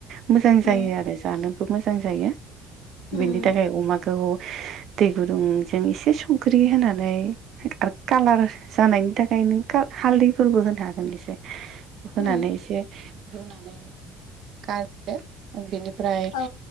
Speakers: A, on the right; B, on the left.
A: मोजां
B: उम
A: जायो आरो जानो। थब मोजां जायो
B: उम
A: बेनि थाखाय अमाखौ। दै गुदुंजों एसे संख्रि होनानै। हो आरो कालार जानायनि थाखाय नों खा हालदैफोरबो होनो हागोन एसे। होनानै
B: उम
A: एसे रुनानै गार। लादो ओम बेनिफ्राय
B: औ